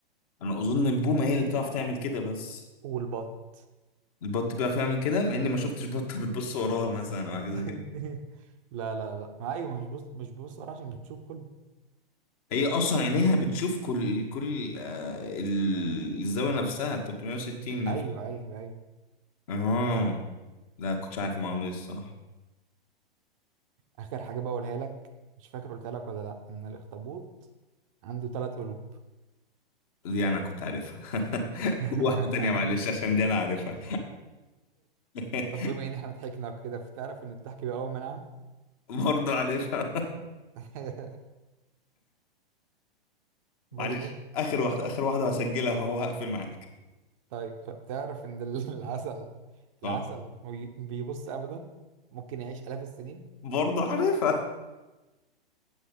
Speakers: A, on the left; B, on the right.
A: أنا أظن البومة هي اللي بتعرف تعمل كده بس
B: والبط
A: البط بيعرف يعمل كده مع اني ما شفتش بطه بتبص وراها مثلا او حاجه زي
B: <laughs>
A: كده
B: لا لا لا ما ايوه مش بص مش بص عشان بتشوف كله
A: هي اصلا عينيها بتشوف كل كل آه ال- الزاويه نفسها 360 نفس
B: ايوه ايوه ايوه
A: اه لا كنتش عارف المعلومه دي الصح
B: اخر حاجه بقولها لك مش فاكر قلتها لك ولا لا ان الاخطبوط عنده ثلاث قلوب
A: دي انا كنت عارفها <laughs>
B: <laughs>
A: قول واحده تانية معلش عشان دي انا عارفها <laughs>
B: طب بما ان احنا ضحكنا كده فتعرف ان الضحك بيقوي مناعه
A: برضه عارفها
B: <laughs>
A: <laughs>
B: برضو
A: معلش اخر واحده اخر واحده هسجلها وهو هقفل معاك
B: طيب خ- تعرف ان ال- <laughs> العسل
A: اه
B: العسل ما بي- بيبص ابدا ممكن يعيش الاف السنين
A: برضه عارفها